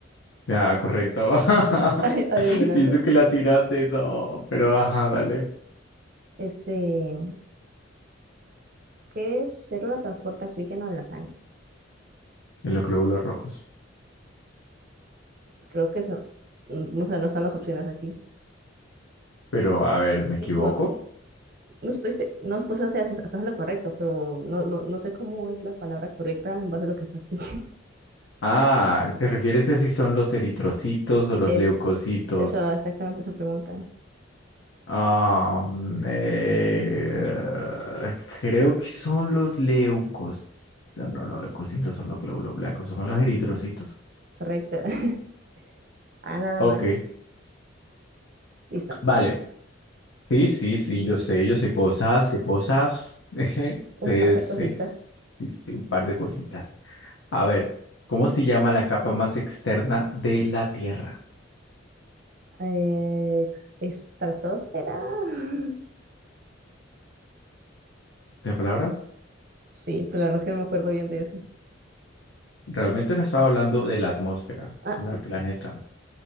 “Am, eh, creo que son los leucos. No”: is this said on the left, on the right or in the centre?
Left